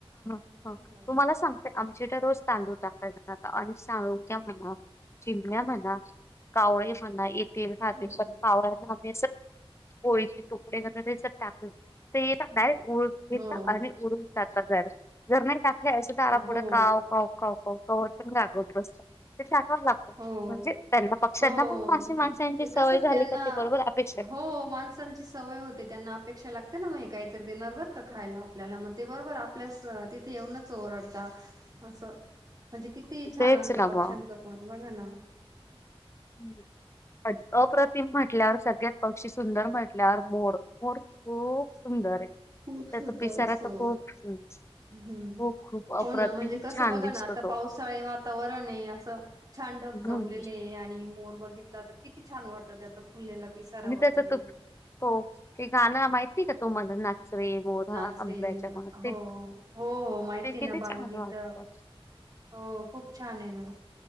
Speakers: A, on the left; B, on the right.
A: ह
B: हो.
A: तुम्हाला सांगते आमच्या रोज तांदूळ टाकायचा आता आणि सांगू <unintelligible> म्हणा शिम्या म्हणा कावळे म्हणा ये राहील
B: हो,
A: कावळ्यांना ळीचे तुकडे करण टाकले सय <unintelligible> उ घेता
B: हो,
A: आणि उडून जाता जर जर नाही टाकलं अस तर आरा
B: हो,
A: पुुढं काव काव का <unintelligible> हो बस ते टाका लागत
B: हो.
A: म्हणजे त्यांना पक्ष्यांना
B: हो हो
A: पण मासे माणांची
B: ते
A: सवय
B: कसं
A: झाली
B: त्यांना
A: का ते बरोबर अपेक्षा आहे.
B: हो माणसांची सवय होते, त्यांना अपेक्षा लाग ते ना मग काहीतरी देणार का खायला आपल्याला मग. ते बरोबर आपल्यास तिथे येऊनच ओरडत असं म्हणजे कि ती छान
A: तेच
B: असत
A: ना
B: पक्ष्यांचं
A: मग
B: पण बघा ना
A: हम्म पण अप्रतिम म्हटल्यावर सगळ्यात पक्षी सुंदर म्हटल्यावर मोर मोर खूप सुंदर आहे.
B: खूप
A: त्याचा
B: सुंदर
A: पिचारा
B: असतो
A: तर खूप <unintelligible>
B: हम्म
A: खूप खूप अप्रतिम
B: हो ना म्हणजे कस
A: छान
B: बघा
A: दिसतो
B: ना आता पावसाळ वातावरण आहे असं छ कडक
A: तो
B: जमलेले आणि मोर बघितला तर किती छान वाटत त्याचा फुललेला पिसारा
A: आणि
B: वगैरे
A: त्याच त हो ते गाणं माहितीय का तोमला नाच रे मोरा
B: नाच
A: आंब्याच्या
B: रे मोरा
A: माग ते
B: हो हो हो माहिती
A: ते किती
B: आहे ना
A: छान
B: बालगीत.
A: वाटतात
B: हो खूप छान आहे ना.